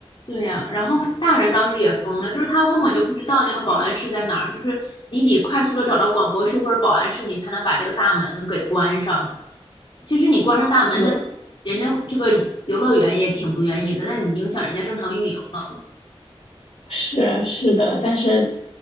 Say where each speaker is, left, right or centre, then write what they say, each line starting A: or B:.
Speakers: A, on the left (about 50°); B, on the left (about 85°).
A: 对呀，然后大人当时也疯了，就是他根本就不知道那个保安室在哪儿，就是你得快速的找到广播室或者保安室，你才能把这个大门给关上。其实你关上大门，
B: 对，
A: 那人家这个游乐园也挺不愿意的，那你影响人家正常运营了。
B: 是是的，但是